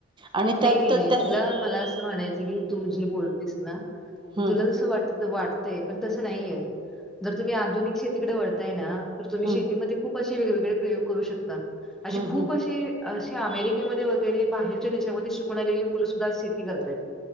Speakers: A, on the right; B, in the centre.
A: आणि
B: नाही
A: त्यात
B: नाही
A: त्या
B: नाही तुला मला असं म्हणायचं की तूझी बोलतेस ना..
A: हम्म
B: ते तुला तस वाट वाटतय पण तसं नाहीये जर तुम्ही आधुनिक शेती.. तिकडे वळताय ना तर तुम्ही
A: हम्म
B: शेतीमध्ये खूप असे वेगवेगळे प्रयोग करू शकता. अशी
A: हम्म
B: खूप
A: हम्म
B: अशी अशी अमेरिकेमध्ये वगैरे बाहेरच्या देशत... त्यामुळ शिकून आलेली मुलं सुद्धा शेती करतयत.